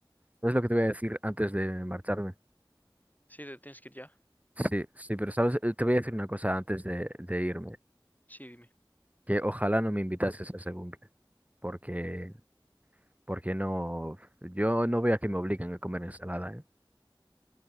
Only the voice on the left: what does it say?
Sí, te tienes que ir ya.
Sí, dime.